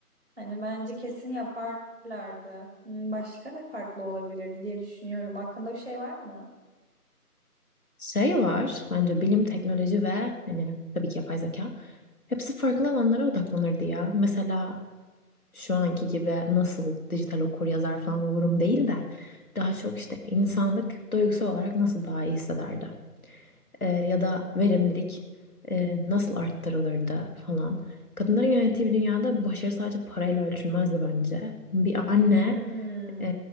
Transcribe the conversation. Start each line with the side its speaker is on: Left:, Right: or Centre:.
Right: Hani bence kesin yaparlardı. Hmm, Başka ne farklı olabilirdi diye düşünüyorum. Hakkında bir şey var mı?
Left: Şey var bence bilim, teknoloji ve hani tabii ki yapay zeka. Hepsi farklı alanlara odaklanırdı ya. Mesela şu anki gibi nasıl dijital okuryazar falan olurum değil de daha çok işte insanlık duygusal olarak nasıl daha iyi hissederdi Ee, ya da verimlilik e, nasıl arttırılırdı falan. Kadınların yönettiği bir dünyada başarı sadece parayla ölçülmezdi bence. Bir anne
Right: Hmm,
Left: ee,